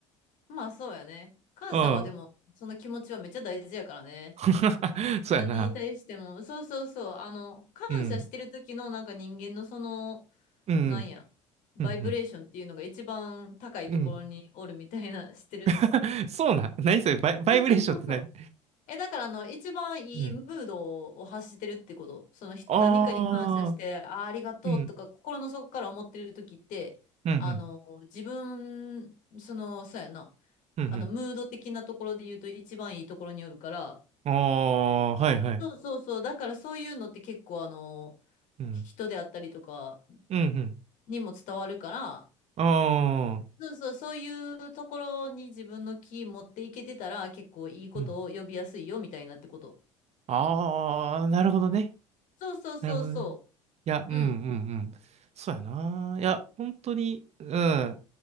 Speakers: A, on the left (about 55°); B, on the right (about 45°).
A: まあそうやね。感謝はでも、
B: は。うん。
A: その気持ちはめっちゃ大事やからね。
B: <laughs> そうやな。
A: 何に対しても。そうそうそう。あの、感謝してる時のなんか人間のその、
B: うん。うん。
A: なんや、バイブレーションっていうのが一番高いところにおるみたいな、
B: うんうん。うん。
A: 知ってる
B: <laughs> そうなん。何それバイ、バイブレーションって何
A: そうそうそうそう。え、だからあの、一番いいムードを発してるってこと。
B: うん。
A: そのひ何かに感謝して、
B: ああ、
A: あー、ありがとうとか、
B: うん。
A: 心の底から思ってる時って、
B: うんうん。
A: あの、自分、その、そうやな、
B: うん
A: あの、ムード的なところで言うと一番いいところによるから、
B: うん。ああ、はいはい。
A: そうそうそう、だからそういうのって結構あの、
B: うん。
A: 人であったりとか
B: うんうん。
A: にも伝わるから、
B: ああ、
A: そうそう、そういうところに自分の気持っていけてたら、結構いいことを呼びやすいよ、
B: うん。
A: みたいなってこと。
B: ああ、なるほどね。
A: そうそうそうそ
B: なるほどね。いや、
A: う。
B: うんうんうん。
A: うん。
B: そうやな。いや、本当に、うん。